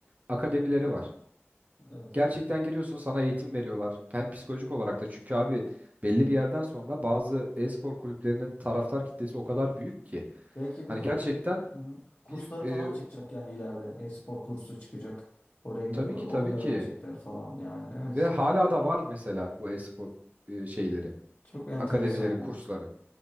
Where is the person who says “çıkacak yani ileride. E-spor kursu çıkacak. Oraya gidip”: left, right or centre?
Left